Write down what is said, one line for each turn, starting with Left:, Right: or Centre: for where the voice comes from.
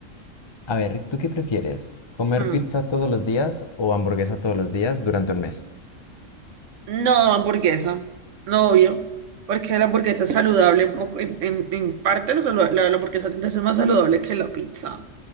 Left: a ver, ¿tú qué prefieres? ¿Comer
Right: Mm,
Left: pizza todos los días o hamburguesa todos los días durante un mes?
Right: No, hamburguesa, no obvio, porque la hamburguesa es saludable un poco, en, en, en parte la, salu- la, la hamburguesa tiende a ser más saludable que la pizza.